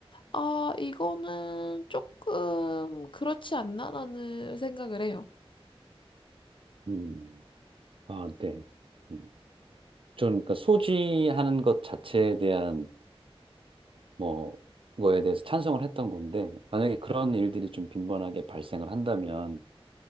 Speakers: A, on the left; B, on the right.
A: 아, 이거는 조금 그렇지 않나라는 생각을 해요.
B: 음, 아, 네. 음. 저는 그러니까 소지하는 것 자체에 대한 뭐 거에 대해서 찬성을 했던 건데 만약에 그런 일들이 좀 빈번하게 발생을 한다면